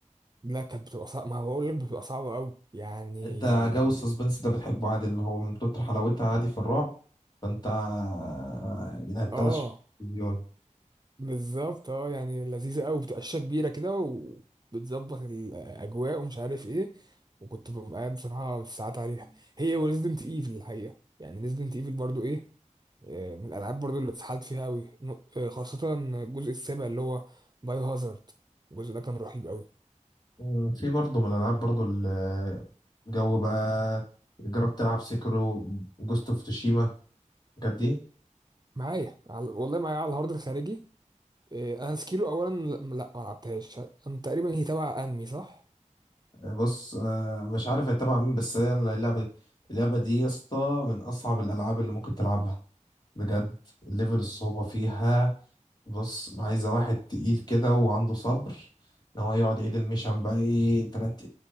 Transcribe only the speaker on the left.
يعني انت جو السسبنس ده بتحبه عادي اللي هو من كتر حلاوتها عادي في الرعب فانت آه، لعبت
على التلفزيون
مم، في برضه من الألعاب برضه ال- جو بقى جربت تلعب سيكرو جوست اوف توشيما الحاجات دي
بص آه، مش عارف اتبع مين بس هي اللعبة دي اللعبة دي يا اسطى من أصعب الألعاب اللي ممكن تلعبها بجد ليفل الصعوبة فيها بص عايزة واحد تقيل كده وعنده صبر ان هو يقعد يعيد المشن بقى ايه تلات